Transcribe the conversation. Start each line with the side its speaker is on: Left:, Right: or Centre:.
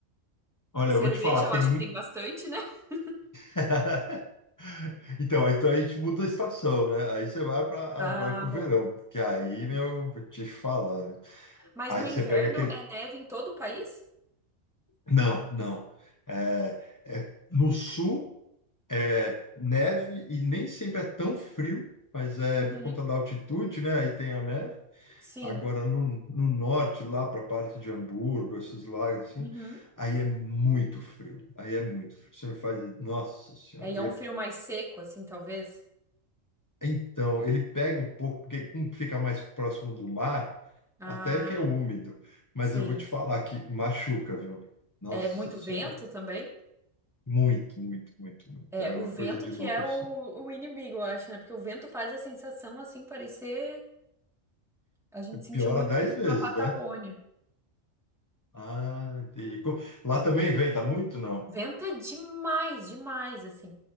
Left: Olha,
Centre: Cerveja,
Left: eu vou te falar,
Centre: eu
Left: tem
Centre: acho
Left: muito.
Centre: que tem bastante, né? <laughs>
Left: <laughs> Então, aí- então a gente muda a estação, né? Aí você vai para
Centre: Ah,
Left: o
Centre: bom,
Left: verão, porque aí,
Centre: entendi.
Left: meu, vou te falar, né?
Centre: Mas
Left: Aí
Centre: no inverno
Left: você pega aquele.
Centre: é neve em todo o país?
Left: Não, não. É, é, no sul é neve e nem sempre é tão frio, mas é
Centre: Uhum.
Left: por conta da altitude, né? Aí tem a neve.
Centre: Sim.
Left: Agora no, no norte, lá para a parte de Hamburgo, esses lagos assim,
Centre: Uhum.
Left: aí é muito frio. Aí é muito frio. Você não faz. Nossa Senhora.
Centre: É, e é um frio mais seco, assim, talvez?
Left: Então, ele pega um pouco, porque como fica mais próximo do mar,
Centre: Ah,
Left: até que é úmido. Mas
Centre: sim.
Left: eu vou te falar que machuca, viu? Nossa
Centre: É muito
Left: Senhora.
Centre: vento também?
Left: Muito, muito, muito, muito.
Centre: É,
Left: É
Centre: o
Left: uma
Centre: vento
Left: coisa de
Centre: que
Left: louco,
Centre: é o,
Left: assim.
Centre: o inimigo, eu acho, né? Porque o vento faz a sensação, assim, parecer. A gente sentiu
Left: Piora
Centre: muito
Left: dez
Centre: isso
Left: vezes,
Centre: na Patagônia.
Left: né? Ah, entendi. Co- Lá também venta muito, não?
Centre: Venta demais, demais, assim.